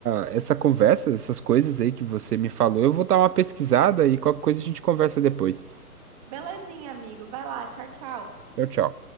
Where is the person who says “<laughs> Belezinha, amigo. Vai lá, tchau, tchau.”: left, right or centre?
Right